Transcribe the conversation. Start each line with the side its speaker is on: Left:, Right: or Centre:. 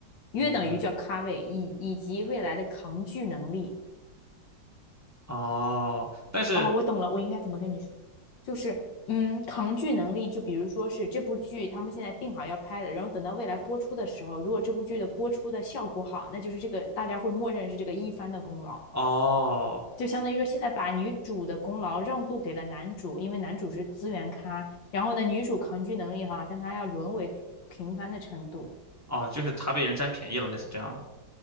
Left: 约等于叫咖位，
Right: 嗯，
Left: 以以及未来的扛巨能力。
Right: 哦，但是
Left: 哦，我懂了，我应该怎么跟你说？就是嗯，扛剧能力，就比如说是这部剧他们现在定好要拍了，然后等到未来播出的时候，如果这部剧的播出的效果好，那就是这个大家会默认是这个一番的功劳；
Right: 哦
Left: 就相当于说现在把女主的功劳让渡给了男主，因为男主是资源咖，然后呢，女主抗拒能力哈，但她要沦为平凡的程度。
Right: 哦，就是他被人占便宜了，类似这样的。